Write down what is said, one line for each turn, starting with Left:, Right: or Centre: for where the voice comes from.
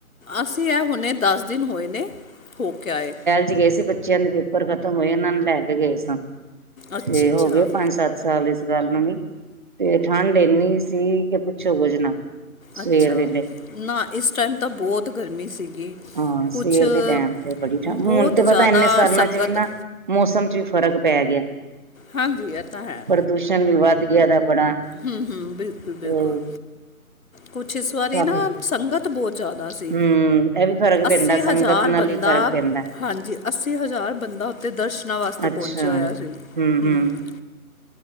Left: ਅਸੀਂ ਐ ਹੁਣੇ ਦਸ ਦਿਨ ਹੋਏ ਨੇ, ਹੋ ਕੇ ਆਏ
Right: ਸੀ ਗਏ ਸੀ ਬੱਚਿਆਂ ਦੇ ਪੇਪਰ ਖ਼ਤਮ ਹੋਏ, ਏਨਾਂ ਨੂੰ ਲੈ ਕੇ ਗਏ ਸਾ,
Left: ਅੱਛਾ
Right: ਤੇ
Left: ਅੱਛਾ
Right: ਹੋ ਗਏ ਪੰਜ ਸੱਤ ਸਾਲ ਇਸ ਗੱਲ ਨੂੰ ਵੀ, ਤੇ ਠੰਡ ਏਨੀ ਸੀ ਕੇ ਪੁੱਛੋ ਕੁਛ ਨਾ
Left: ਅੱਛਾ
Right: ਸਵੇਰ ਵੇਲੇ
Left: ਨਾ ਇਸ ਟਾਈਮ ਤਾਂ ਬੋਤ ਗਰਮੀ ਸੀਗੀ
Right: ਹਾਂ,
Left: ਕੁਛ
Right: ਸਵੇਰ ਦੇ ਟੈਮ ਤੇ ਬੜੀ ਠੰ,
Left: ਬਹੁਤ
Right: ਹੁਣ ਤੇ
Left: ਜ਼ਿਆਦਾ
Right: ਪਤਾ ਇੰਨੇ ਸਰਨਾਂ
Left: ਸੰਗਤ
Right: ਚ ਵੀ ਨਾ ਮੌਸਮ ਚ ਵੀ ਫ਼ਰਕ ਪੈ ਗਿਆ
Left: ਹਾਂਜੀ। ਐ ਤਾਂ ਹੈ।
Right: ਪ੍ਰਦੂਸ਼ਣ ਵੀ ਵੱਧ ਗਿਆ। ਏਦਾ ਬੜਾ
Left: ਹਮ -ਹਮ ਬਿਲਕੁਲ- ਬਿਲਕੁਲ,
Right: ਅ
Left: ਕੁਛ ਇਸ ਵਾਰੀ
Right: ਕਾਫੀ
Left: ਨਾ ਸੰਗਤ ਬੋਤ ਜਾਦਾ
Right: ਹੂੰ
Left: ਸੀ।
Right: ਇਹ ਵੀ ਫ਼ਰਕ
Left: ਅੱਸੀ
Right: ਪੈਂਦਾ
Left: ਹਜਾਰ
Right: ਸੰਗਤ ਨਾਲ
Left: ਬੰਦਾ
Right: ਵੀ ਫ਼ਰਕ ਪੈਂਦਾ
Left: ਹਾਂਜੀ ਅੱਸੀ ਹਜ਼ਾਰ ਬੰਦਾ ਔਥੇ ਦਰਸ਼ਨਾਂ ਵਾਸਤੇ
Right: ਅੱਛਾ
Left: ਪੋਂਚੇਆ ਹੋਇਆ
Right: ਹੂੰ-ਹੂੰ।
Left: ਸੀ। ਹਮ ਹਮ